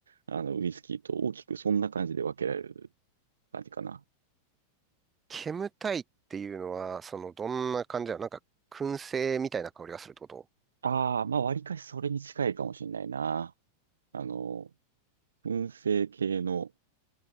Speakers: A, on the right (about 70°); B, on the right (about 20°).
A: あのウイスキーと大きくそんな感じで分けられる感じかな。
B: 煙たいっていうのは、その、どんな感じだなんか、燻製みたいな香りがするってこと
A: ああ、まあ、わりかしそれに近いかもしれないな。あの、燻製系の、